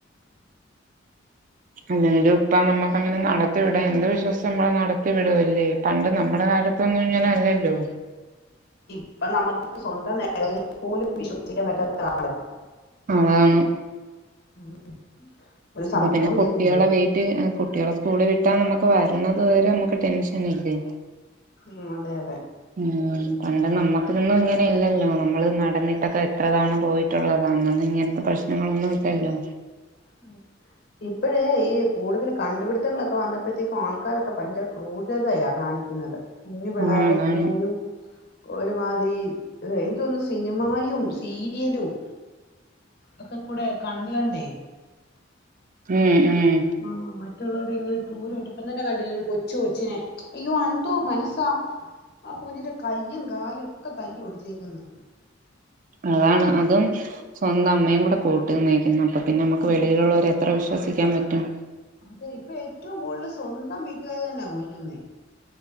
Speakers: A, on the right (about 45°); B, on the left (about 55°).
A: അല്ലെങ്കും ഇപ്പ നമ്മുക്ക് അങ്ങനെ നടത്തി വിടാം എന്ത് വിശ്വാസിച്ചു നമ്മെ നടത്തി വിടല്ലേ പണ്ട് നമ്മുടെ കാലത്തൊന്നും ഇങ്ങന അല്ലല്ലോ
B: ഇപ്പൊ നമുക്ക് സ്വന്തം നെയ്ൽ പോലും വിശ്വസിക്കാൻ പറ്റാത്ത കാലമാ
A: അതാണ്
B: <unintelligible>
A: അപ്പൊ പിന്നെ കുട്ടികാളെ
B: കേട്ടില്ലേ
A: വീട്ട കുട്ടികളെ സ്കൂളിൽ വിട്ടാ നമുക്ക് വരണതുവരെ നമുക്ക് ടെൻഷൻ അല്ലേ
B: ഉം അതെ അതെ.
A: ഉം പണ്ട് നമ്മക്കൊന്നും ഇങ്ങനെ ഇല്ലല്ലോ നമ്മള് നടന്നിട്ടൊക്കെ എത്ര തവണ പോയിട്ടുള്ളതാണ്. ഇങ്ങൻത്തെ പ്രശ്നങ്ങളൊന്നും ഇല്ലല്ലോ.
B: ആഹ് ഇപ്പഴേ ഈ കൂടുതൽ കണ്ടു പിട്ത്തങ്ങളൊക്കെ വന്ന പ്പഴ്ത്തേക്കും ആൾക്കാരൊക്കെ ഭയങ്കര ക്രൂരതയ കാണിക്കൃന്നത് കുഞ്ഞു പിള്ളോരെ
A: ആഹ് അതാണ്
B: പോലും. ഒരുമാതിരി എനിക്ക് തോന്നുന്നു സിനിമായും സീരിയലും. ഒക്ക കൂടെ കണ്ട് കണ്ടേ.
A: ഉം ഉം.
B: ആഹ് ആഹ് മറ്റുള്ളവരെ ഇങ്ങനെ ക്രൂരായിട്ട് ഇപ്പം തന്നെ കണ്ടില്ലേ ഒരു കൊച്ചു കൊച്ചിനെ അയ്യോ എന്തോ മനസ്സാ. ആഹ് കുഞ്ഞിന്റെ കയ്യും കാലും ഒക്കെ തല്ലി ഒടിച്ചേക്ക്‌ന്ന്.
A: അതാണ് അതും സ്വന്തം അമ്മയും കൂടെ കൂട്ടി നിന്നേക്കുന്ന് അപ്പോ പിന്നെ നമ്മുക്ക്
B: ഉം.
A: വെളിയിലുള്ളോരെ. എത്ര വിശ്വസിക്കാൻ പറ്റും.
B: അതെ ഇപ്പൊ ഏറ്റവും കൂടുതൽ സ്വന്തം വീട്ടുകാർ തന്നെ കൊല്ലുന്നേ.